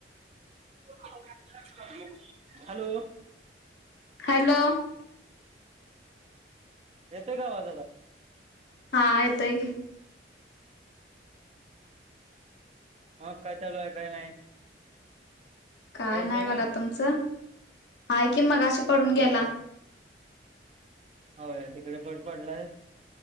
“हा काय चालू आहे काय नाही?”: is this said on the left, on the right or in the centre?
Right